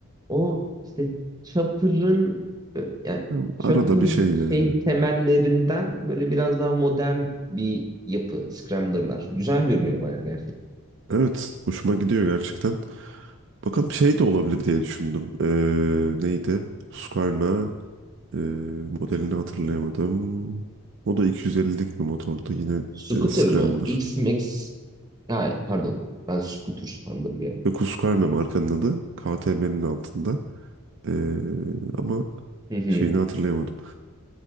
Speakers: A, on the right (about 15°); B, on the right (about 55°).
A: O işte Chopper'ın ö- yani
B: Ya,
A: Chopper
B: Arada bir şey yani.
A: şey temellerinden böyle biraz daha modern bir yapı Scrambler'lar. Güzel görünüyor bayağı gerçekten.
B: Evet hoşuma gidiyor gerçekten. Bakalım şey de olabilir diye düşündüm. E, neydi? Husqvarna e, modelini hatırlayamadım. O da 250'lik bir motordu. Yine
A: Scooter
B: e, Scrambler.
A: mı? X-Max ha, pardon. Ben Scooter sandım bir an.
B: Ve Kuskarna markanın adı KTM'nin altında. Ee, ama
A: Hı hı.
B: şeyini hatırlayamadım.